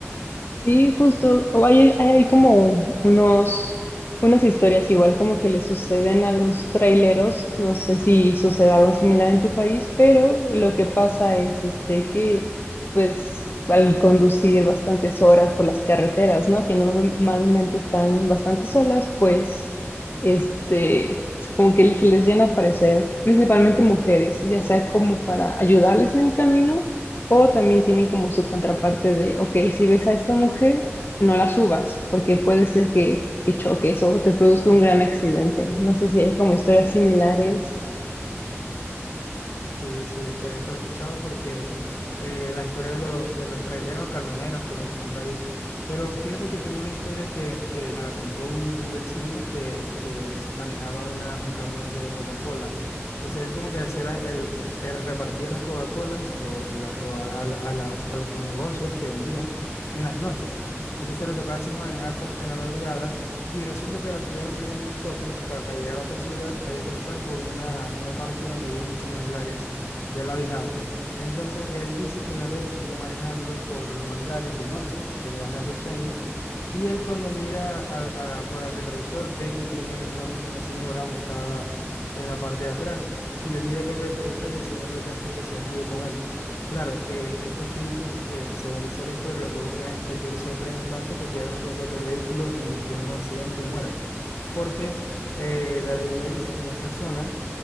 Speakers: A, on the left; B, on the left.
A: Sí, justo, o hay, hay como unos, unas historias igual como que le suceden a los traileros, no sé si sucede algo similar en tu país, pero lo que pasa es este, que pues al conducir bastantes horas por las carreteras, ¿no? Que normalmente están bastante solas, pues este, como que se les llena a aparecer principalmente mujeres, ya sea como para ayudarles en el camino o también tienen como su contraparte de, ok, si ves a esta mujer, no la subas, porque puede ser que, que choques o te produzca un gran accidente. No sé si hay como historias similares.
B: Sí, sí, esta, esta la he escuchado porque eh, la historia de los, de los traileros o camioneros, como le dicen en mi país. Pero fíjate que tengo una historia que, que me la contó un, un vecino que, que s- manejaba una, un camión de Coca-Cola. Entonces él como que hacía la- el- el- era- repartía las Coca-Colas o, la- o a, la- a las, a los negocios que vendían en las noches. Entonces le tocaba a veces manejar por, en la madrugada y resulta que la ciudad donde vivíamos nosotros, para llegar a otra ciudad, había que pasar por una, una parte donde había muchos manglares de lado y lado. Entonces, él dice que una vez iba manejando por los manglares de noche, tenía bastante sueño, y él cuando mira al- a- por el retrovisor ve que tiene una, una señora montada en la parte de atrás, y él mira por el retrovisor y la señora lo que hace es que se ríe con él. Claro, eh, estos espíritus, eh, según dice la historia, lo que buscan es que tú te sorprendas tanto que pierdas el control del vehículo y tengas un accidente y mueras. Porque eh, la leyenda dice que en esta zona